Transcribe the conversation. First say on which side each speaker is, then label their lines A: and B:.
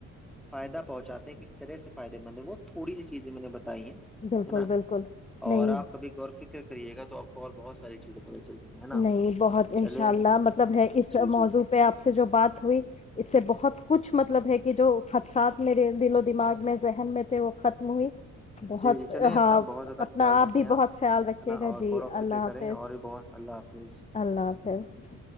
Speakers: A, in the centre; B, on the left.
A: فائدہ پہنچاتے کس ے سفائی مند وہ تھوڑی سی چیزیں میں نے بتائی ہیں
B: بالکل
A: ہے نا
B: بالکل نہیں
A: اور آپ کبھی گور فکر کری گا تو آپ کو اور بہت ساری چیزیں پتہ چل رہی ہیں ہے نا
B: نہیں بہت
A: چلے
B: ان شاء اللہ مطلب ہے اس
A: جی
B: موضوع
A: جی
B: پہ آپ سے جو بات ہوئی اس سے بہت کچھ کچھ مطلب ہے کہ جو خدشات میرے دل و دماغ میں ذہن میں تھے وہ ختم ہوئی بہت
A: جی جی چلیں
B: ہاں
A: اپنا بہت زیادہ
B: اپنا
A: خیال
B: آپ
A: رکھیں
B: بھی بہت خیال رکھیے
A: ہے نا
B: گا
A: اور
B: جی
A: غور و
B: اللہ
A: فکر
B: حافظ
A: کریں اور بھی بہت اللہ حافظ
B: اللہ حافظ